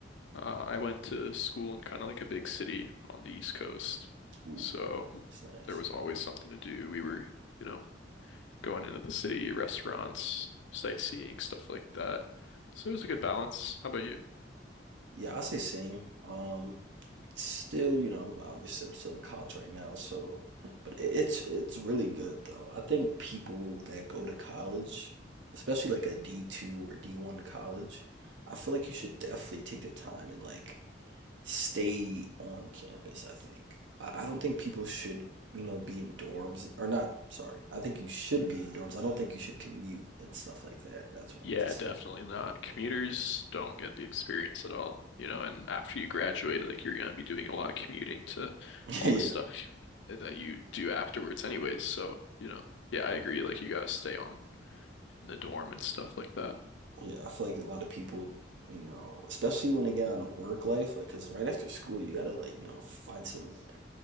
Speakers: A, on the left; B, on the right.
A: Uh, I went to school in kind of like a big city on the East Coast,
B: Ooh,
A: so
B: that's nice.
A: there was always something to do. We were, you know, going into the city, restaurants, sightseeing, stuff like that. So it was a good balance. How about you?
B: Yeah, I say same. Um. still, you know, I'm obviously I'm still in college right now, so but it- it's it's really good though. I think people that go to college, especially like a D2 or D1 college, I feel like you should definitely take the time and like stay on campus, I think. I, I don't think people should, you know, be in dorms or not, sorry. I think you should be in dorms. I don't think you should commute and stuff like that. That's what I
A: Yeah,
B: meant to say.
A: definitely not. Commuters don't get the experience at all, you know, and after you graduate, like you're gonna be doing a lot of commuting to
B: <laughs>
A: all
B: yeah.
A: the stuff that you do afterwards anyways. So, you know, yeah, I agree. Like you gotta stay on in the dorm and stuff like that.
B: Yeah, I feel like a lot of people, you know, especially when they get on a work life, like, cause right after school, you gotta like, you know, find some, you